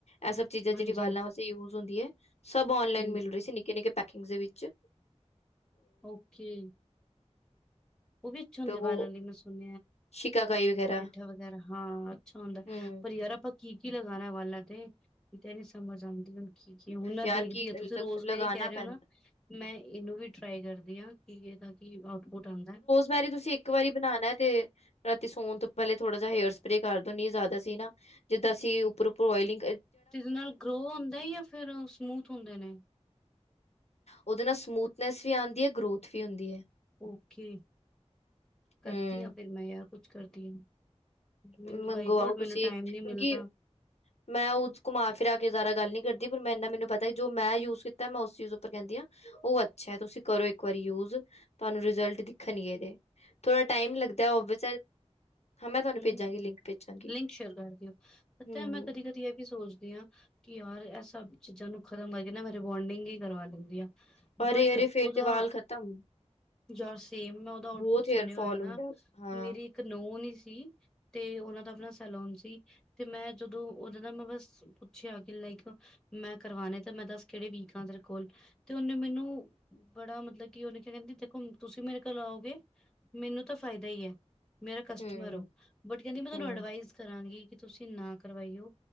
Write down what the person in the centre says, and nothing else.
ਹਾਂਜੀ,
ਹਾਂਜੀ,
ਓਕੇ ਉਹ ਵੀ ਅੱਛੇ ਹੁੰਦੇ
ਬਾਲਾਂ ਲਈ ਮੈਂ ਸੁਣ
ਜੇਠਾ ਵਗੈਰਾ ਹਾਂ ਅੱਛਾ ਹੁੰਦਾ,
ਪਰ ਯਾਰ ਆਪਾਂ ਕੀ ਕਿ ਲਗਾਣਾ ਵਾਲਾ ਤੇ, ਮੈਨੂੰ ਐ ਨੀ ਸਮਝ ਆਦੀ ਹੁਣ ਜ ਹੁਣ ਮੈਂ
ਦੇਖਦੀ
ਹਾਂ ਤੁਸੀਂ ਰੋਜ਼ਮੇਰੀ
ਕਹਿ ਰਹੇ
ਹੋ ਨਾ ਮੈਂ ਇਹਨੂੰ ਵੀ ਟਰਾਈ ਕਰਦੀ ਹਾਂ ਕਿ ਇਹਦਾ ਠੀਕ ਬਹੁਤ ਆਦਾ
ਜਿਹਦੇ ਨਾਲ ਗਰੋ ਹੁੰਦਾ ਜਾਂ ਫਿਰ ਸਮੂਥ ਹੁੰਦੇ ਨੇ,
ਓਕੇ ਕਰਦੀ
ਹਾਂ ਫਿਰ ਮੈਂ ਯਾਰ ਕੁਛ ਕਰਦੀ ਆ। ਮੈਨੂੰ
ਬਾਈ ਗੋਡ
ਮੈਨੂੰ ਟਾਈਮ ਨੀ
ਮਿਲਦਾ
ਹ
ਲਿੰਕ ਸ਼ੇਅਰ ਕਰ ਦਿਓ ਪਤਾ
ਮੈਂ ਕਦੀ -ਕਦੀ ਇਹ ਵੀ ਸੋਚਦੀ ਕਿ ਯਾਰ ਇਹ ਸਭ ਚੀਜ਼ਾਂ ਨੂੰ ਖਤਮ ਕਰਕੇ ਨਾ, ਮੈ ਰੀਬੋਂਡਿੰਗ ਹੀ ਕਰਵਾ ਲੈਂਦੇ।
ਬਟ
ਉਹਦਾ,
ਯਾਰ ਸੇਮ ਮੈਂ ਉਹਦਾ ਆਊਟ
ਪੁੱਟ ਸੁਣਿਆ
ਹੋਇਆ। ਨਾ
ਮੇਰੀ ਇੱਕ ਇਕ ਨੋਨ ਸੀ ਤੇ ਉਹਨਾ ਦਾ ਆਪਣਾ ਲੋਨ ਸੀ ਤੇ ਮੈਂ ਜਦੋਂ ਉਹਨਾਂ ਦਾ ਮੈਂ ਬਸ ਪੁੱਛਿਆ ਕਿ ਲਾਈਕ ਮੈਂ ਕਰਵਾਣੇ ਤੇ ਮੈਂ ਦੱਸ ਕਿਹੜੇ ਵੀਕ ਆ ਤੇਰੇ ਕੋਲ ਤੇ ਉਹਨੇ ਮੈਨੂੰ ਬੜਾ ਮਤਲਬ ਕਿ ਉਹਨੇ ਕ ਕਹਿੰਦੀ ਦੇਖੋ ਤੁਸੀਂ ਮੇਰੇ ਕੋਲ ਆਓਗੇ। ਮੈਨੂੰ ਤਾਂ ਫ਼ਾਇਦਾ ਹੀ ਹੈ ਮੇਰਾ ਕਸਟਮਰ
ਹੋਬਟ ਕਹਿੰਦੀ ਮੈਂ ਤੁਹਾਨੂੰ
ਅਡਵਾਈਜ਼ ਕਰਾਂਗੀ ਕਿ ਤੁਸੀਂ ਨਾ ਕਰਵਾਈਓ